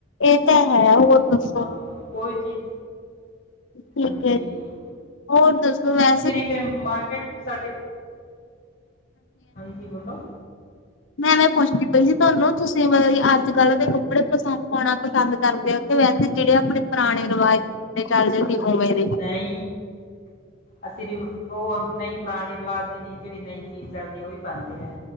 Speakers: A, on the left (about 75°); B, on the left (about 50°).
A: ਏ ਤਾਂ ਹੈ ਹੋਰ ਦੱਸੋ?
B: ਹਾਂ, ਕੋਈ ਚੀਜ਼
A: ਠੀਕ
B: ਹਾਂਜੀ
A: ਐ ਹੋਰ ਦੱਸੋ ਵੈ
B: ਫਿਰ ਇੱਕ ਏ ਮਾਰਕੀਟ ਸਾਡੇ, ਹਾਂਜੀ ਬੋਲੋ
A: ਮੈਂ ਐਵੇੈਂ ਪੁੱਛਦੀ ਪਈ ਸੀ ਤੁਆਨੂੰ ਤੁਸੀਂ ਮਤਲਬ ਕੀ ਅੱਜ-ਕੱਲ ਦੇ ਕੱਪੜੇ ਪਸ ਪਾਉਣਾ ਪਸੰਦ ਕਰਦੇ ਓ ਕਿ ਵੈਸੇ ਜਿਹੜੇ ਆਪਣੇ ਪੁਰਾਣੇ ਰਵਾਜ ਦੇ ਚੱਲਦੇ ਸੀ ਓਵੇਂ ਦੇ।
B: ਨਈ, ਅਸੀਂ ਵੀ ਓ ਨਈ ਪੁਰਾਣੇ ਰਿਵਾਜ਼ ਦੇ ਨੀ ਜਿਹੜੀ ਨਈ ਚੀਜ਼ ਚੱਲਦੀ ਐ ਓਈ ਪਾਂਦੇ ਐ।